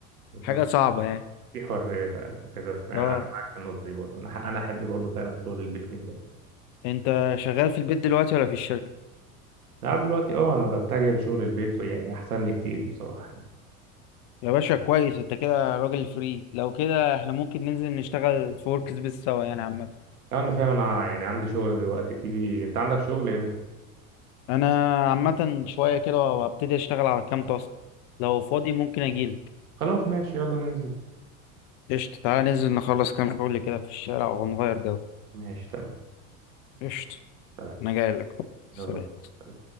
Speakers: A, on the right; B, on the left.
A: بالظبط
B: حاجة صعبة يعني
A: في حريه فعلا كده يعني
B: اه
A: انا معاك في النقطه دي برضو انا ح- انا احب برضو فعلا شغل البيت جدا
B: انت شغال في البيت دلوقتي ولا في الشركة
A: لا دلوقتي اه انا بتجه لشغل البيت يعني احسن لي كتير بصراحة يعني
B: يا باشا كويس انت كده راجل فري لو كده احنا ممكن ننزل نشتغل في ورك سبيس سوا يعني عامة
A: لو انا فعلا ع- يعني عندي شغل دلوقتي تيجي انت عندك شغل امتى
B: انا عامه شويه كده وابتدي اشتغل على كام تاسك لو فاضي ممكن اجيلك
A: خلاص ماشي يلا ننزل
B: قشطة تعالى ننزل نخلص كام شغل كده في الشارع ونغير جو
A: ماشي تمام
B: قشطة
A: تمام
B: انا جاي لك سلام
A: يلا بينا.